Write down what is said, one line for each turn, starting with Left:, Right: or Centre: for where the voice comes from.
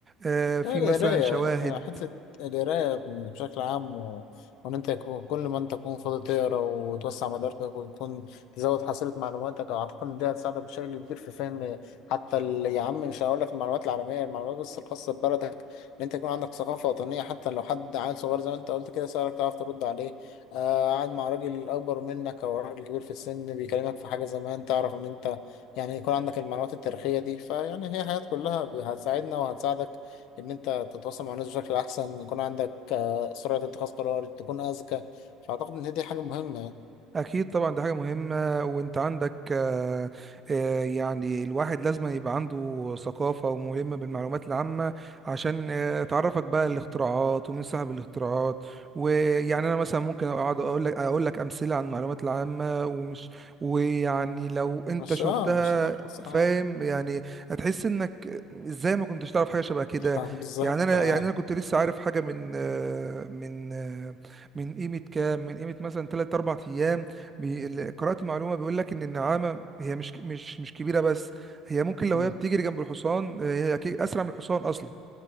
Right: آه في
Left: لا
Right: مثلا
Left: القراية
Right: شواهد
Left: حتى القراية بشكل عام و... وإن أنت يكون- كل ما أنت تكون فاضي تقرا وتوسع مداركك ويكون تزود حصيلة معلوماتك أعتقد إن دي هتساعدك بشكل كبير في فهم حتى ال- يا عم مش هقول لك المعلومات العالمية المعلومات بس الخاصة ببلدك إن أنت يكون عندك ثقافة وطنية حتى لو حد عيل صغير زي ما أنت قلت كده سألك تعرف ترد عليه آه قاعد مع راجل أكبر منك أو راجل كبير في السن بيكلمك في حاجة زمان تعرف إن أنت يعني يكون عندك المعلومات التاريخية دي فيعني هي حاجات كلها هتساعدنا وهتساعدك ان انت تتواصل مع الناس بشكل احسن يكون عندك آه، سرعة اتخاذ قرار تكون اذكى فاعتقد ان هي دي حاجة مهمة يعني
Right: اكيد طبعا دي حاجه مهمه وانت عندك آه، آه، يعني الواحد لازم يبقى عنده ثقافه وملم بالمعلومات العامه عشان آه، تعرفك بقى الاختراعات ومين صاحب الاختراعات ويعني انا مثلا ممكن اقعد اقول لك اقول لك امثله عن المعلومات العامه ومش ويعني لو انت
Left: مش
Right: شفتها
Left: اه مش هنخلص اه
Right: فاهم يعني هتحس انك ازاي ما كنتش تعرف حاجه شبه كده
Left: <laughs> آه، بالظبط
Right: يعني انا
Left: اه
Right: يعني انا كنت لسه عارف حاجه من آه، من آه، من قيمه كام من قيمه مثلا 3 4 ايام بي... اللي قرأت معلومة بيقول لك إن النعامة هي مش مش مش كبيرة بس هي ممكن لو
Left: مم.
Right: هي بتجري جنب الحصان آه، هي أكيد أسرع من الحصان أصلا